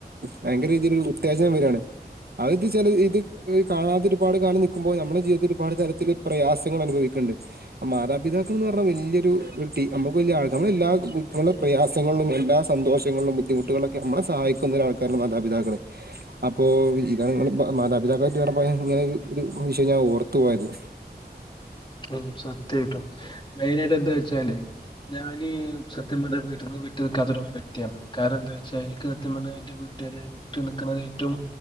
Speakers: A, on the right; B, on the left.
A: ഭയങ്കര രീതിലൊരു ഉത്തേജകം വരാണ് അയെന്തച്ചാല് ഇത് കാണാതൊരുപാട് കാലം നിക്കുമ്പോ ഞമ്മളെ ജീവിതത്തില് ഒരുപാട് തരത്തില് പ്രയാസങ്ങൾ അനുഭവിക്ക്ണ്ട് മാതാപിതാക്കളെന്ന് പറഞ്ഞാ വല്യൊരുഒരു ടി നമ്മക്ക് വല്യ ആഹ് നമ്മളെ എല്ലാ ബുദ്ധി പ്രയാസങ്ങളും എല്ലാ സന്തോഷ യാസങ്ങളിലും ബുദ്ധിമുട്ടുകളിലൊക്കെ നമ്മളെ സഹായിക്കുന്നൊരാൾക്കാരാണ് മാതാപിതാക്കള് അപ്പൊ ഇതാണ് ഇങ്ങള് മാതാപിതാക്കളെ പറ്റി പറഞ്ഞപ്പോ ഇങ്ങനരു ഒരു വിഷയം ഞാൻ ഓർത്തു പോയത്
B: ഉം സത്യായിട്ടും മെയിനായിട്ട് എന്താ വെച്ചാല് ഞാന് സത്യം പറഞ്ഞ വീട്ടിന്ന് വിട്ട് നിക്കാത്തൊരു വ്യക്തിയാണ് കാരണം എന്താ വെച്ചാ എനിക്ക് സത്യം പറഞ്ഞ എന്റെ വീട്ട്കാരെ വിട്ട് നിക്കണത് ഏറ്റവും